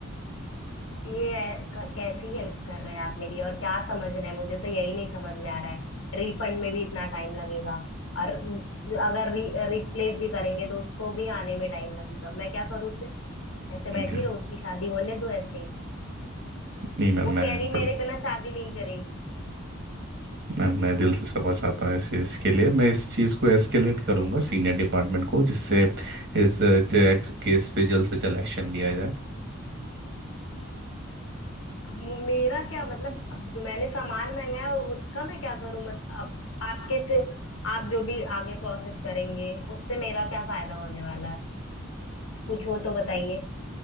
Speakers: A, on the left; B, on the right.
A: ये है- क- कैसी हेल्प कर रहे हैं आप मेरी और क्या समझ रहे हैं मुझे तो यही नहीं समझ में आ रहा है रिफंड में भी इतना टाइम लगेगा और अगर रि, रिप्लेस भी करेंगे तो उसको भी आने में टाइम लगेगा मैं क्या करूँ फिर ऐसे बैठी
B: जी
A: रहूं उसकी शादी होने दूं ऐसे ही
B: नहीं मैम
A: वो
B: मैं
A: कह रही
B: दिल-
A: मेरे बिना शादी नहीं करेगी
B: मैम मैं दिल से क्षमा चाहता हूँ इस चीज़ के लिए मैं इस चीज़ को एस्केलेट करूँगा सीनियर डिपार्टमेंट को जिससे इस अ, चे- केस पे जल्द से जल्द एक्शन लिया जाए
A: अब मु- मेरा क्या मतलब अब जो मैंने सामान मंगाया है, उसका मैं क्या करूं मत अब आपके से आप जो भी आगे प्रोसेस करेंगे उससे मेरा क्या फायदा होने वाला है कुछ हो तो बताइए